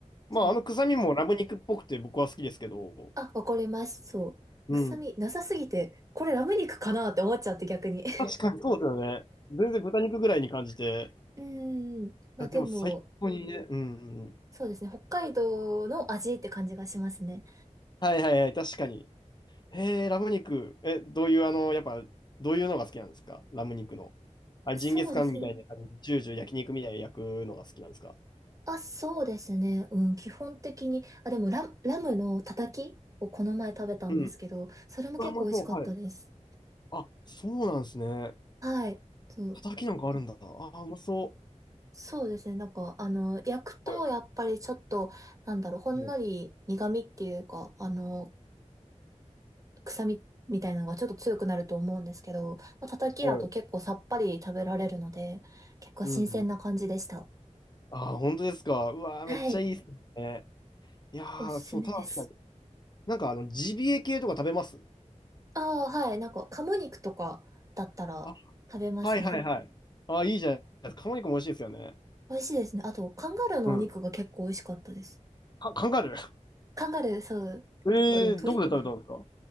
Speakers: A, on the left (about 35°); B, on the right (about 25°).
A: まああの臭みもラム肉っぽくて僕は好きですけど。
B: そう。あ、わかります。そう。
A: うん。
B: 臭みなさすぎて、これラム肉かなって思っちゃって逆に。<laughs>
A: 確かにそうですよね。全然豚肉ぐらいに感じて。
B: うーん。まあでも、
A: いやでも最高にね。うんうんうん。
B: そうですね。北海道の味って感じがしますね。
A: はいはいはい、確かに。へえ、ラム肉。え、どういう、あの、やっぱ、どういうのが好きなんですかラム肉の。あ、ジンギスカンみたいな感じ、
B: そうですね。
A: ジュージュー焼肉みたいに焼くのが好きなんですか
B: あ、そうですね。うん、基本的に。あ、でもラ、ラムのたたきをこの前食べたんですけど、
A: うん。う
B: それも結構美味しかったです。
A: わ、うまそう、はい。あ、そうなんですね。
B: はい。そう。
A: 叩きなんかあるんだ。
B: あ
A: あー、うまそ
B: そうですね。なんか、あの、焼くと、
A: う。はい。
B: やっぱりちょっと、なんだろう、ほんのり苦味っていうか、
A: うん
B: あの、臭みみたいなのがちょっと強くなると思うんですけど、まあ、叩きだと結構さっぱり食べられるので、
A: はい。
B: 結構新鮮な感じでした。
A: うんうん。あー、本当ですか。うわー、
B: はい。
A: めっちゃいいですね。いやー、
B: おすすめです。
A: そう、確かに。なんか、あの、ジビエ系とか食べます
B: ああ、はい。なんか、鴨肉とかだったら食べますね。
A: あ、はいはいはい。あー、いいじゃないですか。鴨肉も美味しいですよね。
B: 美味しいですね。あと、カンガルーのお肉が結構美味しかったです。
A: うん。か、カンガルー。
B: カンガルー、そう。
A: ええーどこで食べたんですか
B: 結構でも鶏、